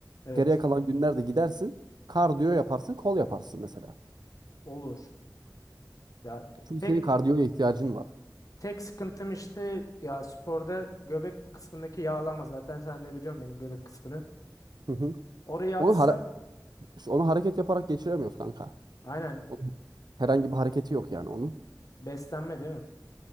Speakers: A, on the left; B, on the right.
A: Evet.
B: geriye kalan günlerde gidersin. Kardiyo yaparsın, kol yaparsın mesela.
A: Olur. Ya
B: Çünkü
A: tek
B: senin kardiyoya ihtiyacın var.
A: tek sıkıntım işte ya sporda göbek kısmındaki yağlama. Zaten sen de biliyorsun benim göbek kısmını.
B: Hı hı.
A: Oraya
B: Onu
A: atsa,
B: hara- onu hareket yaparak geçiremiyoruz kanka.
A: aynen
B: Onun Herhangi bir hareketi yok yani onun.
A: beslenme değil mi?